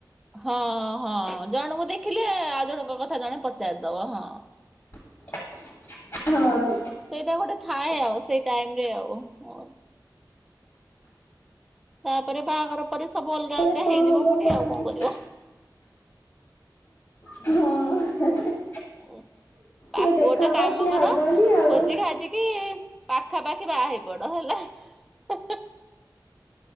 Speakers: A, in the centre; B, on the left.
A: ହଁ ହଁ ଜଣଙ୍କୁ ଦେଖିଲେ ଆଉ ଜଣଙ୍କ କଥା ଜଣେ ପଚାରିଦବ ହଁ।
B: ହଁ
A: ସେଇଟା ଗୋଟେ ଥାଏ ଆଉ ସେଇ ଟାଇମ ରେ ଆଉ ହ ତାପରେ ବାହାଘର ତା ପରେ ସବୁ ଅଲଗା
B: ତାପରେ
A: ଅଲଗା
B: କଣ
A: ହେଇଯିବ
B: ହବ
A: ପୁଣି ଆଉ
B: ନାଇଁ
A: କଣ କରିବ।
B: ହଁ
A: ହୁଁ
B: କିଏ
A: ଆ
B: ଦେଖାହବ
A: ଗୋଟେ କାମ
B: କିଏ
A: କର
B: ହବନି ଆଉ।
A: ଖୋଜି ଖାଜିକି ପାଖ ପାଖା ପାଖି ବାହା ହେଇପଡ। ହେଲା ହେଁ ହୁଁ